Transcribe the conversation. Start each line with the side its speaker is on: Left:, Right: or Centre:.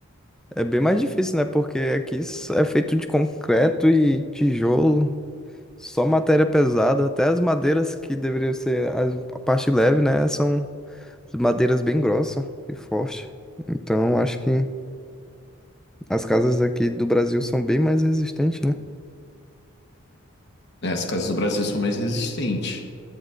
Centre: é bem mais difícil, né? Porque aqui s- é feito de concreto e tijolo, só matéria pesada. Até as madeiras que deveriam ser as- a parte leve, né? São madeiras bem grossas e fortes. Então acho que as casas aqui do Brasil são bem mais resistentes, né?
Left: né? As casas do Brasil são mais resistentes.